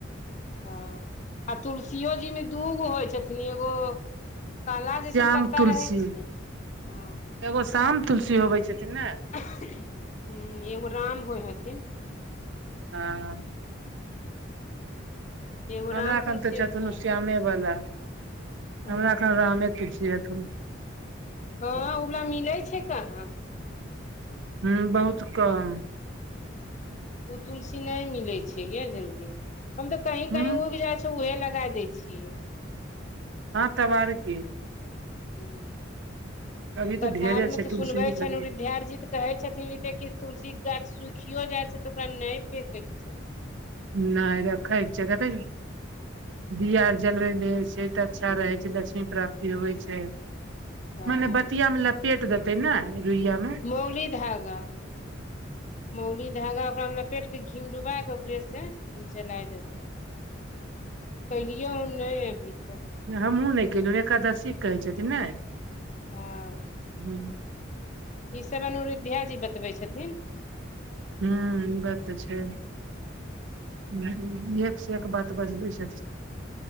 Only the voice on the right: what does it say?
श्याम
तुलसी
एगो शाम तुलसी होबै छथिन ने
हँ
हमराखन
तऽ छथुन
श्यामे वाला हमरा
कन रामे तुलसी हथुन
हुँ बहुत कम
ह
हँ तब आर की
अभी तऽ
ढेरे
छै
तुलसी
के
भी।
नहि रै छैा देखै छै छथिन बिया आर ज जलबै दे छै तऽ अच्छा रहै छै लक्ष्मी प्राप्ति होइ छै
मने बतिियामे लपेट देतै ने रुइयामे
हमहूँ नहि केलहुँ एकादशी कहै छथिन नहि
हुँ
हूँ ई बात तऽ छै ह एक से एक बात बजबै छथिन